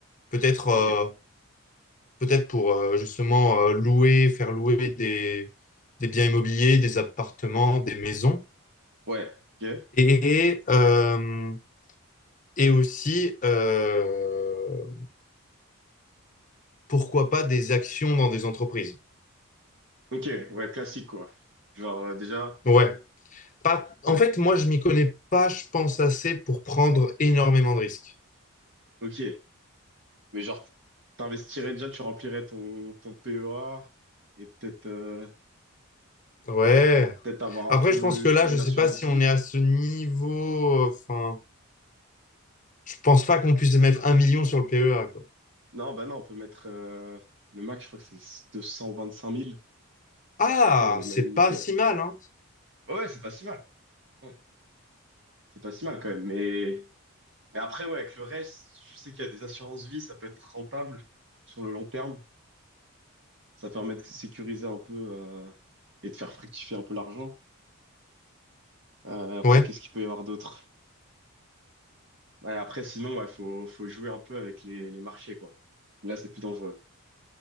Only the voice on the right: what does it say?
Ok,
ouais, ok,
ok, ouais, classique, quoi. Genre, euh, déjà,
ouais,
ok, mais genre, t'investirais déjà, tu remplirais ton, ton PEA, et peut-être, euh,
peut-être avoir
un peu,
je
sais pas,
une
assurance
vie,
Non, bah non, on peut mettre euh, le max, je crois que c'est deux cent vingt-cinq mille
Donc ouais, on est
même limité.
Ouais,
ouais, ouais, c'est pas si mal. Ouais, C'est pas si mal quand même. Mais, mais après, ouais, avec le reste, je sais qu'il y a des assurances vie, ça peut être rentable sur le long terme. Ça permet de sécuriser un peu euh, et de faire fructifier un peu l'argent. Euh, après,
qu'est-ce qu'il peut y avoir d'autre? Ouais, après, sinon, ouais, faut, faut jouer un peu avec les, les marchés, quoi. Là, c'est plus dangereux.